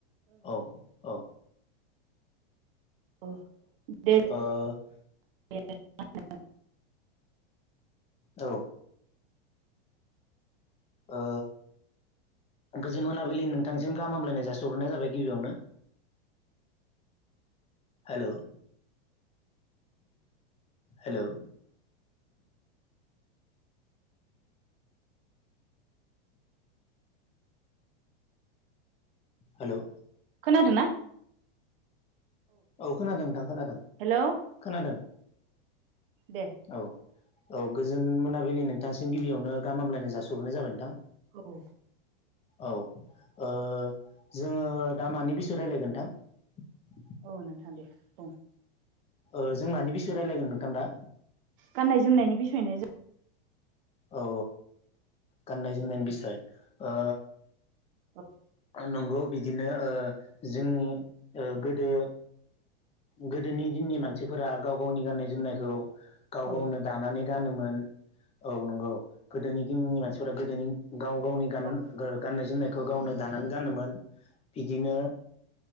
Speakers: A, on the left; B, on the right.
A: औ औ
B: औ दे
A: औ
B: <unintelligible>
A: औ ओ गोजोन मोनाबिलि नोंथांसिम गाहामलायनाय जाासिहरनाय जाबाय गिबियावनो हेल' हेल' हेल'
B: खोनादों ना
A: औ खोनादों नोंथां खोनादों
B: हेल' औ
A: खोनादों
B: दे
A: औ औ गोजोन मोनाबिलि नोंथांसिम गिबियावनो गाहामलायनाय जासिहरग्रोनाय जाबाय नोंथां
B: औ
A: औ ओ जोङो दामानि बेसय रायलायगोन नोंथां
B: औ नोंथां दे बुं
A: ओ जों मानि बिसय रायज्लायगोन नोंथां दा
B: गाननाय जोमनायनि बिसयनो जों
A: औ गाननाय जोमनायनि बिसय ओ
B: जों
A: नंगौ बिदिनो ओ जोंनि ओ गोदो गोदोनि दिननि मानसिफोरा गाव गावनि गाननाय जोमनायखौ गाव
B: औ
A: गावनो दानानै गानोमोन औ नंगौ गोदोनि दिननि मानसिफोरा गोदोनि गाव गावनि गान
B: औ
A: गाननाय जोमनायखौ गावनो दानानै गानोमोन बिदिनो